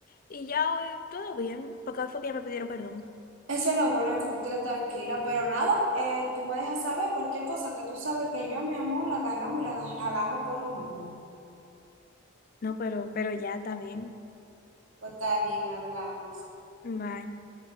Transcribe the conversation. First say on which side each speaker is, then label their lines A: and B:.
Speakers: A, on the left (about 45°); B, on the right (about 80°).
A: y ya hoy todo bien, porque hoy fue que ya me pidieron perdón.
B: Eso es lo bueno, que tú te tranquila, pero nada, eh, tú me dejas saber cualquier cosa que tú sabes que yo, mi amor, la agarramos y la jalamos por lo moños.
A: No, pero, pero ya está bien.
B: Pues está bien, hablamos.
A: Bye.